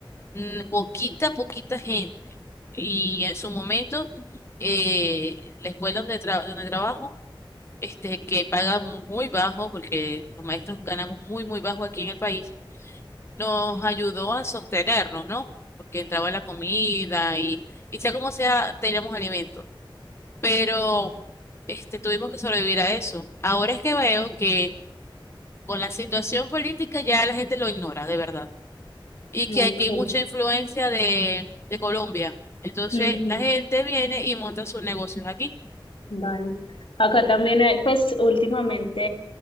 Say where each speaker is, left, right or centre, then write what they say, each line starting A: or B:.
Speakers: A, on the left; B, on the left.
A: mm, poquita, poquita gente. Y en su momento, eh, la escuela donde, tra- donde trabajo, este, que paga muy bajo, porque los maestros ganamos muy, muy bajo aquí en el país, nos ayudó a sostenernos, ¿no? Porque entraba la comida y, y sea como sea, teníamos alimentos. Pero este, tuvimos que sobrevivir a eso. Ahora es que veo que con la situación política ya la gente lo ignora, de verdad y
B: Ujú,
A: que
B: ok.
A: aquí hay mucha influencia de, de Colombia. Entonces
B: Ujú.
A: la gente viene y monta sus negocios aquí.
B: Vale. Acá también hay, pues últimamente